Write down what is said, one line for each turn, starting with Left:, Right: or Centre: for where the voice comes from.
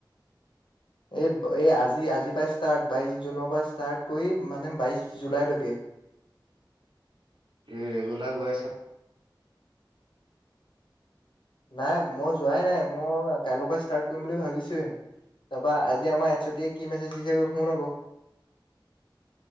Left: এই - এই আজি আজিৰ পৰা ষ্টাৰ্ট বাইশ জুনৰ পৰা ষ্টাৰ্ট কৰি মানে বাইশ জুলাইলৈকে।
Right: ৰে - ৰেগুলাৰ গৈ আছ?
Left: নাই মই যোৱাই নাই মই কাইলৰ পৰা ষ্টাৰ্ট কৰিম বুলি ভাবিছোহে। তাৰাপা আজি আমাৰ এইচ অ ডি কি মেছেজ দিছে শুন আকো।